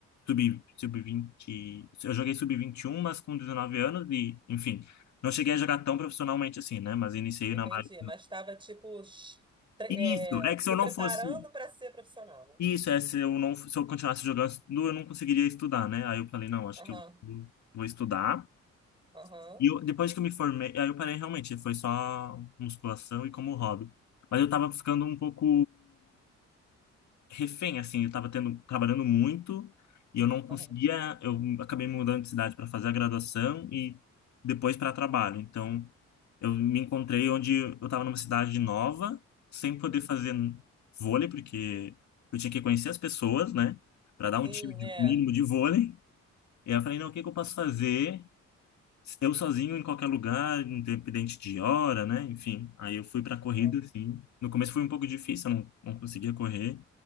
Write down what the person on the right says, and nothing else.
Entendi,
mas estava, tipo, sh- tre-
é,
se
preparando
para ser profissional, né?
Aham,
aham,
aham.
Uhum.
Sim,
é.
Aham.